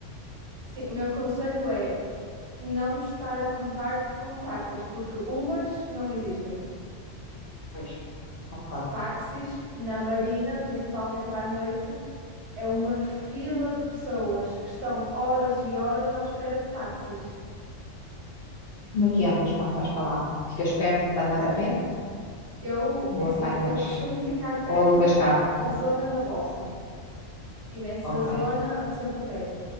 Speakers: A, on the right; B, on the left.
A: Sim, o meu conselho é não estar a contar com táxis, porque Ubers não existem.
B: Pois, ok.
A: Táxis na Marina, principalmente à noite, é uma fila de pessoas que estão horas e horas à espera de táxis.
B: Como é que andas quando vais para lá? Ficas perto para andar a pé?
A: Eu,
B: Ou
A: é assim,
B: apanhas,
A: eu costumo ficar perto
B: ou alugas carro?
A: da zona da Bossa e nessa
B: Ok.
A: zona ando sempre a pé.